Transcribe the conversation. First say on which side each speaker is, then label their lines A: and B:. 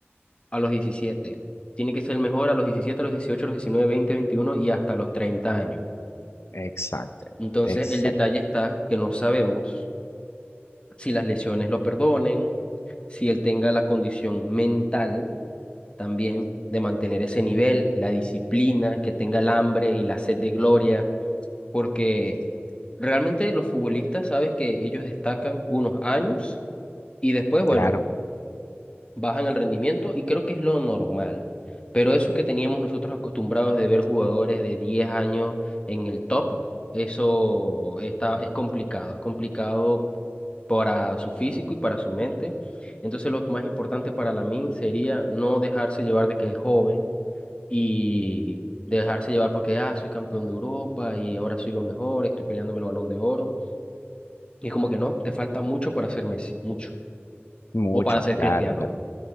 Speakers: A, on the left; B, on the left.
A: a los diecisiete Tiene que ser el mejor a los diecisiete a los dieciocho a los diecinueve veinte 21 y hasta los treinta años.
B: Exacto,
A: Entonces,
B: exacto,
A: el detalle está que no sabemos si las lesiones lo perdonen, si él tenga la condición mental también de mantener ese nivel, la disciplina, que tenga el hambre y la sed de gloria, porque realmente los futbolistas, sabes que ellos destacan unos años. Y después, bueno,
B: claro,
A: bajan el rendimiento y creo que es lo normal. Pero eso que teníamos nosotros acostumbrados de ver jugadores de 10 años en el top, eso está, es complicado, es complicado para su físico y para su mente. Entonces lo más importante para Lamine sería no dejarse llevar de que es joven y dejarse llevar porque, ah, soy campeón de Europa y ahora soy lo mejor, estoy peleándome el Balón de Oro. Y es como que no, te falta mucho para ser Messi, mucho.
B: mucho,
A: O para ser
B: claro,
A: Cristiano.
B: claro.